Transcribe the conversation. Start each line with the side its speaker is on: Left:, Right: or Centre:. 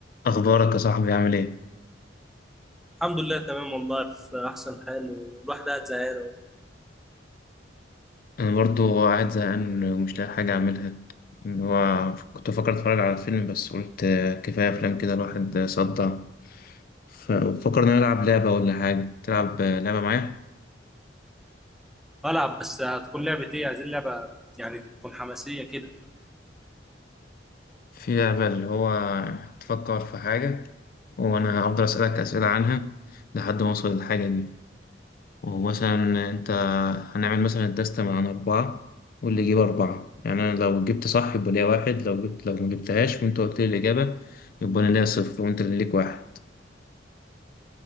Left: اخبارك يا صاحبي عامل ايه
Centre: الحمد لله تمام والله في احسن حال والواحد قاعد زهقان اهو
Left: انا برضو قاعد زهقان ومش لاقي حاجه اعملها اللي هو كنت فكرت اتفرج على فيلم بس قلت آه، كفايه افلام كده الواحد صدع ففكرنا نلعب لعبه ولا حاجه تلعب آه، لعبه معايا
Centre: بلعب بس هتكون لعبة ايه عايزين لعبة يعني تكون حماسية كده
Left: في لعبه اللي هو تفكر في حاجه وانا هفضل اسالك اسئله عنها لحد ما اوصل للحاجه دي ومثلا انت هنعمل مثلا الدستة عن أربعة واللي يجيب أربعة يعني أنا لو جبت صح يبقى ليا واحد لو جبت لو ما جبتهاش وأنت قلت لي الإجابة يبقى أنا ليا صفر وأنت اللي ليك واحد